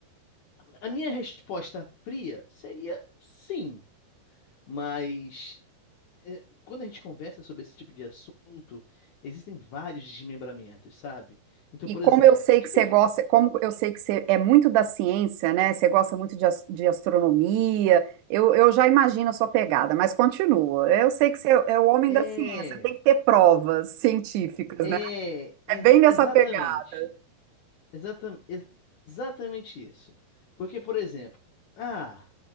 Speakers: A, on the left; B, on the right.
A: A minha resposta fria seria sim, mas eh, quando a gente conversa sobre esse tipo de assunto, existem vários desmembramentos, sabe? Então,
B: E
A: por exemplo,
B: como eu sei
A: o que
B: que
A: que
B: você
A: a gente-
B: gosta, como eu sei que você é muito da ciência, né? Você gosta muito de, as- de astronomia, eu, eu já imagino a sua pegada, mas continua. Eu sei que você é é o homem
A: É,
B: da ciência, tem que ter provas científicas,
A: é,
B: né?
A: ex-
B: É bem nessa
A: exatamente.
B: pegada.
A: Exatam, ex- exatamente isso. Porque, por exemplo, ah,